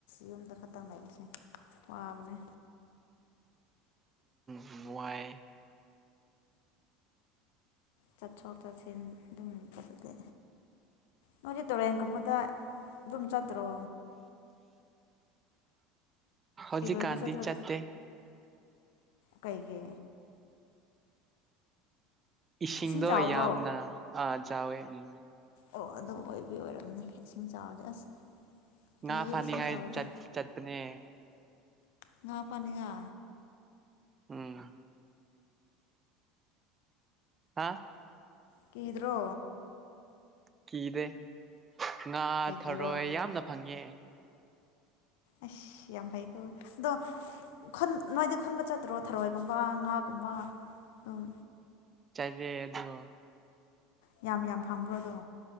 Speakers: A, on the left; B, on the right.
A: ꯌꯨꯝꯗ ꯈꯛꯇꯪ ꯂꯩꯕꯁꯦ ꯋꯥꯕꯅꯦ
B: ꯅꯨꯉꯥꯏꯌꯦ
A: ꯆꯠꯊꯣꯛ ꯆꯠꯁꯤꯟ ꯑꯗꯨꯝ ꯆꯠꯄ ꯅꯣꯏꯗꯤ ꯇꯨꯔꯦꯟꯒꯨꯝꯕꯗ ꯑꯗꯨꯝ ꯆꯠꯇ꯭ꯔꯣ
B: ꯍꯧꯖꯤꯛ
A: ꯏꯔꯣꯏꯕ
B: ꯀꯥꯟꯗꯤ
A: ꯆꯠꯇ꯭ꯔꯣ
B: ꯆꯠꯇꯦ
A: ꯀꯩꯒꯤ
B: ꯏꯁꯤꯡꯗꯣ
A: ꯏꯁꯤꯡ ꯆꯥꯎꯕ꯭ꯔꯣ
B: ꯌꯥꯝꯅ ꯑ ꯆꯥꯎꯋꯦ ꯎꯝ
A: ꯑꯣ ꯑꯗꯨꯝ ꯑꯣꯏꯕꯤ ꯑꯣꯏꯔꯝꯅꯦ ꯏꯁꯤꯡ ꯆꯥꯎꯔꯗꯤ ꯑꯁ ꯀꯤꯌꯦ
B: ꯉꯥ ꯐꯥꯅꯤꯡꯉꯥꯏ
A: ꯏꯁꯤꯡ ꯆꯥꯎꯔꯗꯤ
B: ꯆꯠ ꯆꯠꯄꯅꯦ
A: ꯉꯥ ꯐꯅꯤꯉꯥ
B: ꯎꯝ ꯍꯥ
A: ꯀꯤꯗ꯭ꯔꯣ
B: ꯀꯤꯗꯦ ꯉꯥ
A: ꯀꯩꯒꯤꯔꯣ
B: ꯊꯔꯣꯏ ꯌꯥꯝꯅ ꯐꯪꯉꯦ
A: ꯑꯁ ꯌꯥꯝ ꯐꯩꯀꯣ ꯑꯗꯣ ꯈꯨꯟ ꯅꯣꯏꯗꯤ ꯈꯨꯟꯕ ꯆꯠꯇ꯭ꯔꯣ ꯊꯔꯣꯏꯒꯨꯝꯕ ꯉꯥꯒꯨꯝꯕ ꯑꯗꯨꯝ
B: ꯆꯥꯂꯦ ꯑꯗꯣ
A: ꯌꯥꯝ ꯌꯥꯝ ꯐꯕ꯭ꯔꯣꯗꯣ